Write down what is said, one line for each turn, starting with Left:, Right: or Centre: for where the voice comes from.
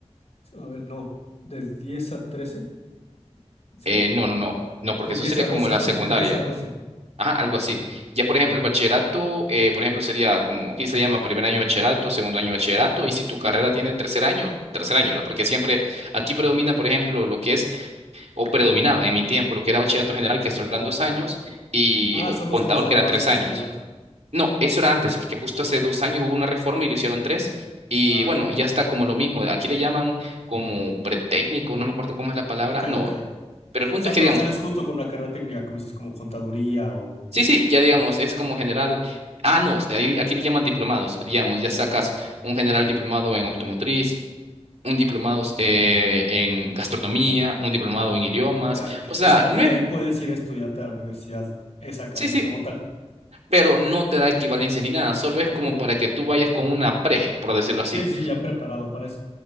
Left: A ver, no. De diez a trece ¿sí?
Right: eh, no, no, no, no, porque
Left: De
Right: eso
Left: diez
Right: sería
Left: a
Right: como
Left: doce
Right: la
Left: ¿no?
Right: secundaria.
Left: De diez a doce
Right: Ajá, algo así. Ya,
Left: Ok,
Right: por ejemplo, el bachillerato, eh, por ejemplo, sería como aquí se llama primer año de bachillerato, segundo año de bachillerato, y si tu
Left: ok.
Right: carrera tiene tercer año, tercer año, ¿verdad? Porque siempre aquí predomina, por ejemplo, lo que es o predominaba en mi tiempo, lo que era bachillerato general, que solo eran dos años, y
Left: Ah,
Right: o-
Left: son dos
Right: contador,
Left: años nada
Right: que eran
Left: más
Right: tres
Left: de bachillerato.
Right: años. No, eso era antes, porque justo
Left: Ok.
Right: hace dos años hubo una reforma y lo hicieron tres. Y
Left: Ah,
Right: bueno,
Left: ya.
Right: ya está como lo mismo. Aquí le llaman como pretécnico, no me acuerdo cómo es la palabra.
Left: Ok,
Right: No,
Left: ok.
Right: pero
Left: O
Right: el punto
Left: sea,
Right: es que
Left: pero
Right: digamos,
Left: sales justo con la carrera técnica, como dices, como contaduría o...
Right: sí, sí, ya digamos, es como general. Ah, no, ahí- aquí le llaman diplomados. Digamos,
Left: Ok,
Right: ya sacas
Left: ok.
Right: un general diplomado en automotriz, un diplomado eh, en gastronomía, un diplomado en idiomas.
Left: Ya.
Right: O sea,
Left: O sea,
Right: no
Left: y
Right: es.
Left: de ahí puedes ir a estudiarte a la universidad esa carrera,
Right: Sí, sí,
Left: como tal.
Right: pero no te da equivalencia ni nada, solo es
Left: Ok.
Right: como para que tú vayas con una pre, por decirlo así.
Left: Sí, sí, ya preparado para eso.